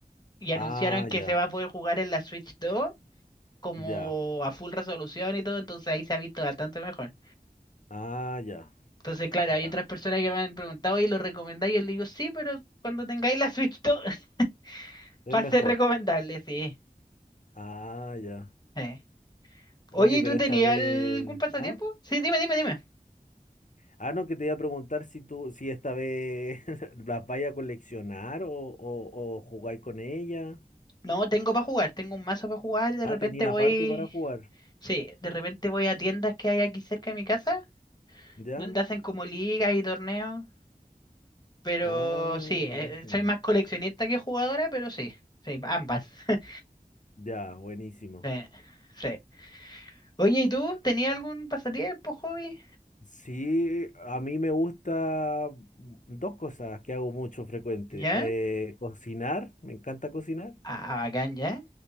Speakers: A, on the left; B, on the left.
A: Y anunciaron
B: Ah,
A: que
B: ya,
A: se va a poder jugar en la Switch 2 como
B: ya.
A: a full resolución y todo, entonces ahí se ha visto bastante mejor.
B: Ah, ya,
A: Entonces, claro,
B: ya.
A: hay otras personas que me han preguntado, ¿y lo recomendáis? Y yo le digo, sí, pero cuando tengáis la Switch 2 <laughs>
B: Es
A: va
B: mejor.
A: a ser recomendable, sí.
B: Ah, ya.
A: Eh.
B: Oye,
A: Oye, ¿y
B: pero
A: tú
B: esta
A: tenías
B: vez.
A: algún pasatiempo?
B: Ah,
A: Sí, dime, dime, dime.
B: ah, no, que te iba a preguntar si tú, si esta vez <laughs> las vaya a coleccionar o, o, o jugáis con ella.
A: No, tengo para jugar, tengo un mazo para jugar y de
B: Ah,
A: repente
B: tenía
A: voy.
B: aparte para jugar.
A: Sí, de repente voy a tiendas que hay aquí cerca de mi casa,
B: ¿Ya?
A: donde hacen como ligas y torneos, pero
B: Ah,
A: sí,
B: buenísimo.
A: eh, soy más coleccionista que jugadora, pero sí, sí, ambas. <laughs>
B: Ya, buenísimo.
A: Sí, sí. Oye, ¿y tú tenías algún pasatiempo, hobby?
B: Sí, a mí me gusta mm, dos cosas que hago mucho frecuente.
A: ¿Ya?
B: Eh, cocinar, me encanta cocinar,
A: Ah, bacán, ¿ya?